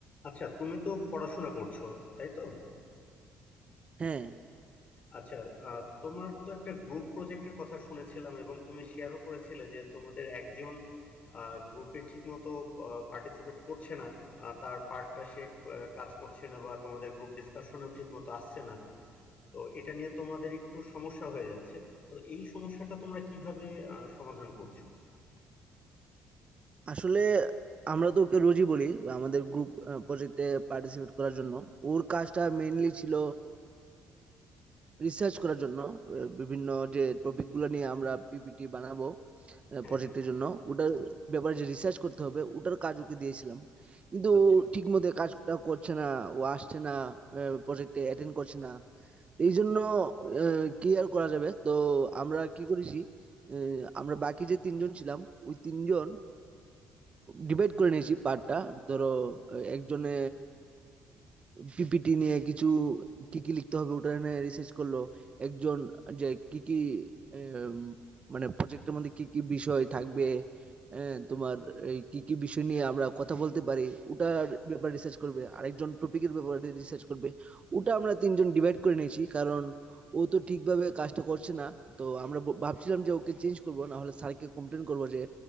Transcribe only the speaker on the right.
হ্যাঁ
আসলে আমরা তো ওকে রোজই বলি বা আমাদের গ্রুপ প্রজেক্টে পার্টিসিপেট করার জন্য ওর কাজটা
মেইনলি ছিল রিসার্চ করার জন্য আহ, বিভিন্ন যে টপিক গুলো নিয়ে আমরা পিপিটি বানাবো
প্রজেক্টের
জন্য ওটার ব্যাপারে যে রিসার্চ করতে হবে ওটার কাজ ওকে দিয়েছিলাম কিন্তু
ও ঠিক মতো কাজটা করছে না ও আসছে না প্রজেক্টে অ্যাটেন্ড করছে না এই জন্য আহ, কি আর করা যাবে তো আমরা কি করেছি আহ, আমরা বাকি যে তিনজন ছিলাম ওই তিনজন ডিভাইড করে নিয়েছি পার্টটা ধরো আহ, একজনে পিপিটি নিয়ে কিছু কি কি লিখতে হবে ওটা নিয়ে রিসার্চ করলো একজন যে কি কি এম, মানে প্রজেক্টের মধ্যে কি কি বিষয় থাকবে এ, তোমার এই কি কি বিষয় নিয়ে আমরা কথা বলতে পারি ওটার ব্যাপারে রিসার্চ করবে আরেকজন টপিকের ব্যাপারে রিসার্চ করবে ওটা আমরা তিনজন ডিভাইড করে নিয়েছি কারণ ও তো ঠিকভাবে কাজটা করছে না তো আমরা ব- ভাবছিলাম যে ওকে চেঞ্জ করবো না হলে স্যারকে কমপ্লেন করবো যে